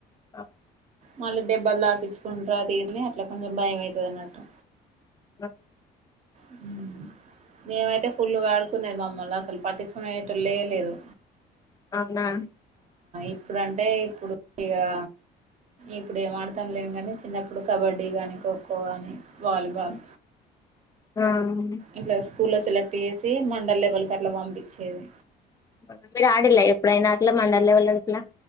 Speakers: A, on the left; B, on the right.
A: ఆ
B: మళ్ళి దెబ్బలు తాకించుకుంట్రు అది ఇది అట్ల కొంచెం భయం అయితది అన్నట్టు
A: అ
B: హ్మ్ మేమయితే ఫుల్గా ఆడుకునేది మా మళ్ళ అసల్ పట్టించుకునేటోళ్ళే లేరు.
A: అవునా
B: ఇప్పుడు అంటే ఇప్పుడు ఇగా ఇప్పుడు ఏం ఆడతం లే గనీ చిన్నప్పుడు కబడ్డీ గానీ ఖోఖో గానీ వాలిబాల్
A: ఆ
B: ఇంట్ల స్కూల్లా సెలెక్ట్ చేసి మండల్ లెవెల్క్ అట్ల పంపించేది.
A: <unintelligible> ఆడిల్లా ఎప్పుడయినా అట్లా మండలెవళ్ళ గిట్లా